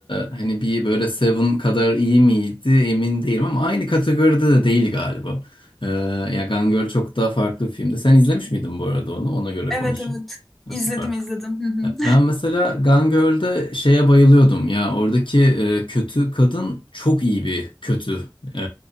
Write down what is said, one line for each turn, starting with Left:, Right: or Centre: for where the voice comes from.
Left: hani bir böyle Seven kadar iyi miydi emin değilim ama aynı kategoride de değil galiba. Ee, ya Gone Girl çok daha farklı bir filmdi. Sen izlemiş miydin bu arada onu? Ona göre
Centre: Evet
Left: konuşayım.
Centre: evet.
Left: Ha,
Centre: İzledim
Left: süper.
Centre: izledim. Hı hı.
Left: Ya Ben mesela Gone Girl'de şeye bayılıyordum ya oradaki e, kötü kadın çok iyi bir kötü. E,